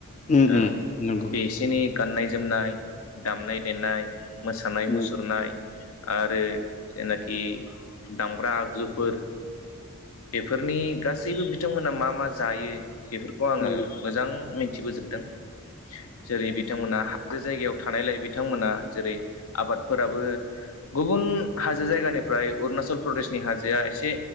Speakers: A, on the left (about 30°); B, on the left (about 70°).
A: उम उम
B: ओ
A: नंगौ
B: बिसिनि गाननाय जोमनाय दामनाय देनाय मोसानाय
A: उम
B: मुसुरनाय आरो जेनाखि दामग्रा आगजुफोर बेफोरनि गासै गासैबो बिथांमोना मा मा जायो खौ आङो
A: नंगौ
B: मोजां मिथिबोजोबदों जेरै बिथांमोना हाजो जायगायाव थानायलाय बिथांमोना जेरै आबादफोराबो गुबुन हाजो जायगानि फ्राय अुणाचल प्रदेशनि हाजोआ एसे